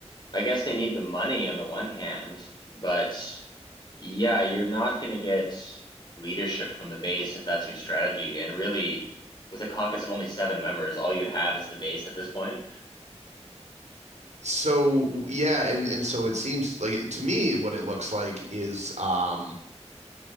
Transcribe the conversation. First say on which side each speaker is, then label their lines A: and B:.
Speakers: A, on the left; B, on the right.
A: I guess they need the money on the one hand, but yeah, you're not going to get leadership from the base if that's your strategy. And really, with a caucus of only seven members, all you have is the base at this point.
B: So yeah, and and so it seems like to me what it looks like is um